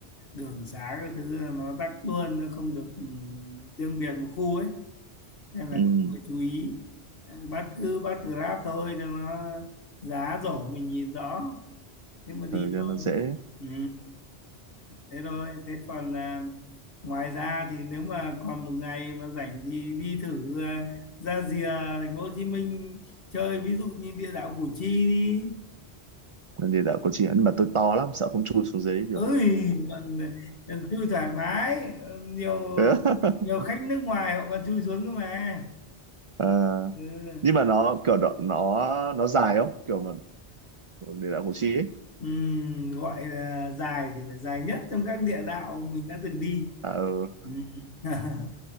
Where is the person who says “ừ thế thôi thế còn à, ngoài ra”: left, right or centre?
Left